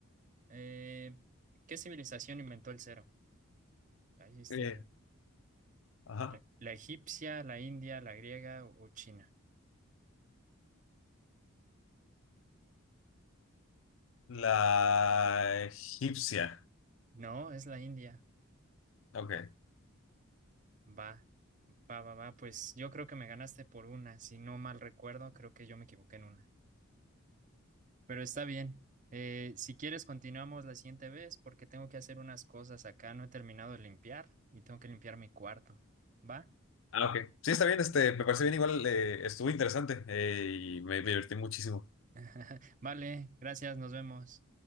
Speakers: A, on the right; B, on the left.
A: Eh, ¿qué civilización inventó el cero? Ahí este...
B: Eh, ajá.
A: La, la egipcia, la india, la griega o, o china.
B: La egipcia.
A: No, es la india.
B: Ok.
A: Va, va, va, va. Pues yo creo que me ganaste por una. Si no mal recuerdo, creo que yo me equivoqué en una. Pero está bien. Eh, si quieres, continuamos la siguiente vez porque tengo que hacer unas cosas acá. No he terminado de limpiar y tengo que limpiar mi cuarto. ¿Va?
B: Ah, ok. Sí, está bien. Este, me parece bien igual. eh, estuvo interesante eh, y me divertí muchísimo.
A: <laughs> Vale, gracias, nos vemos.